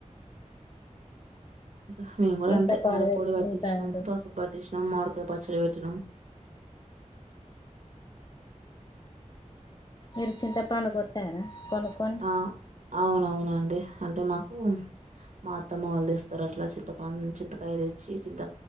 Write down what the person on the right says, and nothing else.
హా మేము గుడా
అంతే కారంపొడి
పట్టించినాం పసుపు పట్ సినాం మూడికాయ పచ్చడి పెట్టినాం
ఆ అవునవునండి అంటే మాకు మా అత్తమ్మవాళ్లు తెస్తారు అట్లా చింతపండు చింతకాయ తెచ్చి చింత